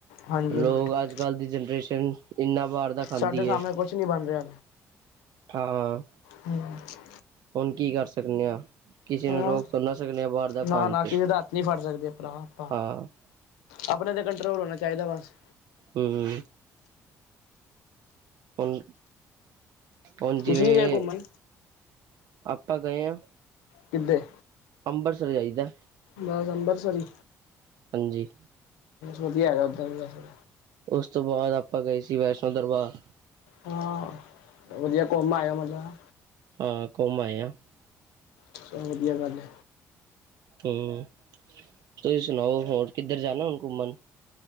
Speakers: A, on the left; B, on the right.
A: ਹਾਂਜੀ
B: ਲੋਕ
A: ਹਾਂਜੀ
B: ਅੱਜ ਕੱਲ ਦੀ ਜਨਰੇਸ਼ਨ ਇੰਨਾ ਵਾਰ ਦਾ ਖਾਂਦੀ
A: ਸਾਡੇ ਸਾਹਮਣੇ
B: ਹੈ
A: ਕੁਛ ਨੀ ਬਣ ਰਿਹਾ।
B: ਹਾਂ
A: ਹਮ <inaudible>
B: ਹੁਣ ਕੀ ਕਰ ਸਕਣੇ ਆ। ਕਿਸੇ
A: ਹਾਂ
B: ਨੂੰ ਰੋਕ ਸੁ ਨਾ ਸਕਦੇ ਆ ਬਾਹਰ ਦਾ ਖਾਣ
A: ਨਾ ਨਾ
B: ਤੋ
A: ਕਿਸੇ ਦਾ ਹੱਥ ਨਹੀਂ ਫੜ ਸਕਦੇ ਭਰਾ ਆਪਾਂ
B: ਹਾਂ।
A: ਆਪਣੇ ਤੇ ਕੰਟਰੋਲ ਹੋਣਾ ਚਾਹੀਦਾ ਬਸ।
B: ਹਮ ਹੁਣ ਹੁਣ ਜਿਵੇਂ
A: ਤੁਸੀਂ ਨੀ ਗਏ ਘੁੰਮਣ
B: ਆਪਾਂ ਗਏ ਆਂ
A: ਕਿੱਧੇ
B: ਅੰਬਰਸਰ ਜਾਈਦੈ।
A: ਬਸ ਅੰਬਰਸਰ ਇ।
B: ਹਾਂਜੀ।
A: ਵਧੀਆ ਹੈਗਾ ਉੱਧਰ ਦਾ ਸਬ।
B: ਉਸ ਤੋਂ ਬਾਅਦ ਆਪਾਂ ਗਏ ਸੀ ਵੈਸ਼ਨੋ ਦਰਬਾਰ।
A: ਹਾਂ ਵਧੀਆ ਕੋਮ ਆਔ ਮਤਲਬ
B: ਆ ਕੋਮਾਇਆ
A: ਸੋ ਵਧੀਆ ਗੱਲ ਏ।
B: ਹੂੰ ਤੁਸੀਂ ਸੁਣਾਓ ਹੋਰ ਕਿੱਧਰ ਜਾਣਾ ਹੁਣ ਘੁੰਮਣ?